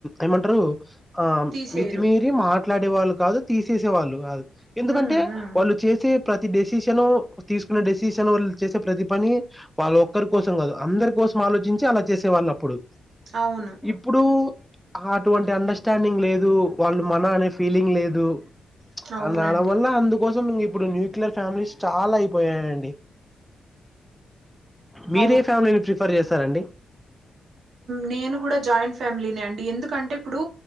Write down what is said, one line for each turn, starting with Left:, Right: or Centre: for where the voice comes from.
Centre: ఏమంటారు ఆ
Right: తీసేయరు
Centre: మితిమీరి మాట్లాడే వాళ్ళు కాదు తీసేసే వాళ్ళు కాదు ఎందుకంటే
Right: ఉమ్ ఉమ్
Centre: వాళ్ళు చేసే ప్రతి డెసిషను తీసుకునే డెసిషన్ వాళ్ళు చేసే ప్రతి పని వాళ్ళ ఒక్కరి కోసం కాదు అందరి కోసం ఆలోచించి అలా చేసే వాళ్ళు అప్పుడు
Right: అవును
Centre: ఇప్పుడు అ అటువంటి అండ స్టాడింగ్ లేదు వాళ్ళు మన అనే ఫీలింగ్ లేదు
Right: అవునండి
Centre: అళ వల్ల అందుకోసం ఇప్ ప్పుడు న్యూక్లియర్ ఫ్యామిలీస్ చాలా అయిపోయాయండి మీరే
Right: అవును
Centre: ఫ్యామిలీని ప్రిఫర్ చేస్తారండి
Right: నేను కూడా జాయింట్ ఫ్యామిలీనే అండి ఎందుకంటే ఇప్పుడు